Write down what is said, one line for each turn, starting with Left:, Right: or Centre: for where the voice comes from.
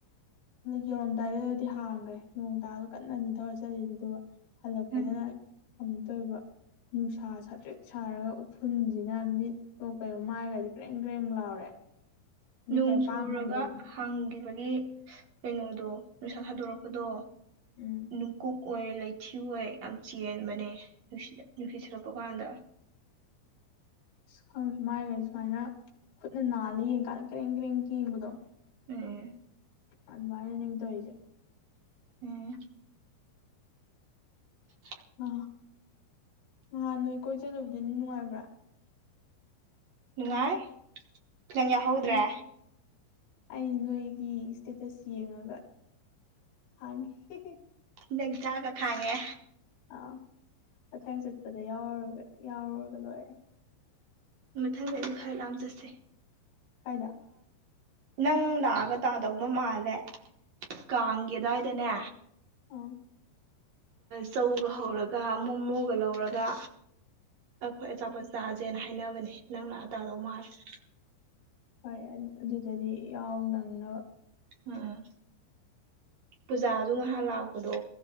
Left: ꯌꯧꯔꯝꯗꯥꯏꯗꯨꯗꯗꯤ ꯍꯥꯡꯈ꯭ꯔꯦ ꯅꯣꯡ ꯇꯥꯗ ꯀꯟꯅ ꯑꯅꯤ ꯊꯧꯔꯠꯆꯔꯤ ꯑꯗꯨꯒ ꯍꯜꯂꯛꯄꯗꯅ
Right: ꯎꯝ
Left: ꯑꯝ ꯇ ꯑꯣꯏꯕ ꯅꯨꯡꯁꯥ ꯁꯥꯇ꯭ꯔꯦꯛ ꯁꯥꯔꯒ ꯎꯐꯨꯜꯁꯤꯅ ꯃꯤꯠ ꯑꯣ ꯀꯩꯅꯣ ꯃꯥꯏꯒꯗꯤ ꯀ꯭ꯔꯦꯡ ꯀ꯭ꯔꯦꯡ ꯂꯥꯎꯔꯦ ꯃꯤ
Right: ꯅꯣꯡ
Left: ꯀꯥꯏ
Right: ꯆꯨꯔꯒ
Left: ꯄꯥꯡ ꯉꯝꯗꯕꯤ
Right: ꯍꯥꯡꯈꯤꯕꯒꯤ ꯀꯩꯅꯣꯗꯣ ꯅꯨꯡꯁꯥ ꯊꯥꯗꯣꯔꯛꯄꯗꯣ
Left: ꯎꯝ
Right: ꯅꯨꯡꯀꯨꯞ ꯑꯣꯏ ꯂꯩꯊꯤ ꯑꯣꯏ ꯌꯥꯝ ꯆꯦꯟꯕꯅꯦ ꯅꯨꯡꯁꯤꯠ ꯁꯂꯛꯄ ꯀꯥꯟꯗ
Left: ꯈꯪꯁꯦ ꯃꯥꯏꯈ ꯑꯩ ꯁꯨꯃꯥꯏꯅ ꯈꯨꯠꯅ ꯅꯥꯜꯂ ꯌꯦꯡꯀꯥꯟꯗ ꯀꯔꯦꯡ ꯀꯔꯦꯡ ꯌꯦꯡꯕꯗꯣ
Right: ꯎꯝ
Left: ꯑꯗꯨ ꯃꯥꯏꯅ ꯅꯨꯅꯤꯃꯤꯠꯇ ꯍꯦ
Right: ꯎꯝ ꯍ
Left: ꯍ ꯅꯍꯥꯟ ꯅꯣꯏ ꯀꯣꯏ ꯆꯂꯨꯕꯗꯤ ꯑꯗꯨ ꯅꯨꯡꯉꯥꯏꯕ꯭ꯔꯥ
Right: ꯅꯨꯡꯉꯥꯏꯈꯤ ꯅꯪ ꯌꯥꯎꯍꯧꯗ꯭ꯔꯦ
Left: ꯑꯩ ꯑꯩ ꯅꯣꯏꯒꯤ ꯏꯁꯇꯦꯇꯁ ꯌꯦꯡꯉꯒ ꯍꯦ
Right: ꯖꯪ ꯆꯥꯒ ꯈꯥꯡꯉꯦ
Left: ꯑꯥ ꯃꯊꯪ ꯆꯠꯄꯗ ꯌꯥꯎꯔꯨꯔꯒ ꯌꯥꯎꯔꯨꯔꯒ ꯂꯣꯏꯔꯦ
Right: ꯃꯊꯪꯗ ꯑꯩꯗ ꯈꯔ ꯂꯥꯑꯝ ꯆꯠꯁꯦ
Left: ꯀꯥꯏꯗ
Right: ꯅꯪ ꯂꯥꯛꯑꯒ ꯇꯥꯗꯧꯕ ꯃꯥꯜꯂꯦ ꯀꯥꯡꯒꯤꯦꯗꯏꯗꯅꯦ
Left: ꯑꯣ
Right: ꯆꯧꯒ ꯍꯧꯔꯒ ꯃꯣꯃꯣꯒ ꯂꯧꯔꯒ ꯑꯩꯈꯣꯏ ꯑꯆꯥꯄꯣꯠ ꯆꯁꯦꯅ ꯍꯥꯏꯅꯕꯅꯦ ꯅꯪꯅ ꯑꯗꯥꯗꯣ ꯃꯥꯁꯦ
Left: ꯐꯔꯦ ꯑꯗꯨꯗꯗꯤ ꯌꯥꯎ ꯅꯪꯅꯕ
Right: ꯎꯝ ꯄꯨꯖꯥꯗꯨ ꯉꯥꯏꯍꯥꯛ ꯂꯥꯛꯄꯗꯣ